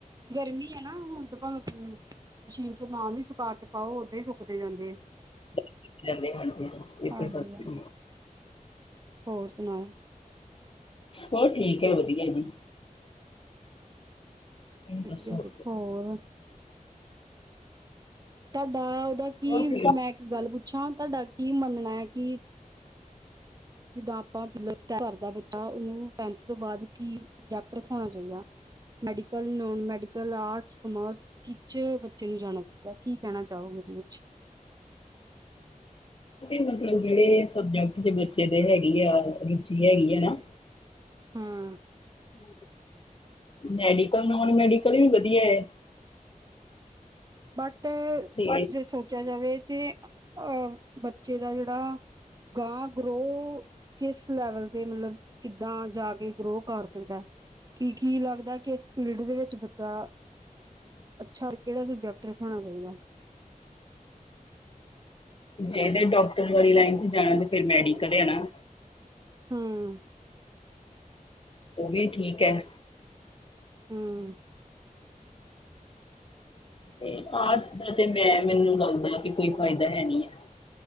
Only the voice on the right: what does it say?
ਗਰਮੀ ਆ ਨਾ ਹੁਣ ਤਾਂ ਭਾਵੇਂ ਮਸ਼ੀਨ 'ਚ ਨਾ ਵੀ। ਸੁਕਾ ਕੇ ਪਾਓ ਉਦਾਂ ਹੀ ਸੁੱਕਦੇ ਜਾਂਦੇ ਆ।
ਹਾਂਜੀ
ਹਾਂਜੀ
ਹੋਰ ਸੁਣਾਓ?
ਵਧੀਆ
ਵਧੀਆ, ਹੋਰ? ਤੁਹਾਡਾ ਉਹਦਾ ਕੀ,
ਮੈਂ ਇੱਕ ਗੱਲ ਪੁੱਛਾਂ, ਤੁਹਾਡਾ ਕੀ ਮੰਨਣਾ ਹੈ ਕਿ ਜਿੱਦਾਂ ਆਪਣਾ ਬੱਚਾ ਟਨਥ ਕਰਦਾ ਬੱਚਾ, ਉਸ ਤੋਂ ਬਾਅਦ ਉਸਨੂੰ, ਕਿਹੜਾ ਸਬਜੈਕਟ ਰੱਖੳਣਾ ਚਾਹੀਦਾ? Medical, non medical, arts, commerce? ਕਿੱਚ ਬੱਚੇ ਨੂੰ ਜਾਣਾ ਚਾਹੀਦਾ, ਕੀ ਕਹਿਣਾ ਚਾਹੋਗੇ ਏਹਦੇ ਵਿੱਚ?
ਹਾਂ।
ਬਟ,
ਜੇ ਸੋਚਿਆ ਜਾਵੇ ਤੇ ਅਹ ਬੱਚੇ ਦਾ ਜਿਹੜਾ, ਗਾਂ ਗਰੋਹ ਕਿਸ ਲੈਵਲ ਤੇ ਮਤਲਬ, ਕਿੱਦਾਂ ਜਾ ਕੇ ਗਰੋ ਕਰ ਸਕਦਾ, ਕਿ ਕੀ ਲੱਗਦਾ ਕਿ, ਇਸ ਫੀਲਡ ਦੇ ਵਿੱਚ ਬੱਚਾ ਅੱਛਾ, ਕਿਹੜਾ ਸਬਜੈਕਟ ਰੱਖਾਉਣਾ ਚਾਹੀਦਾ?
ਹਾਂ।
ਹਮ।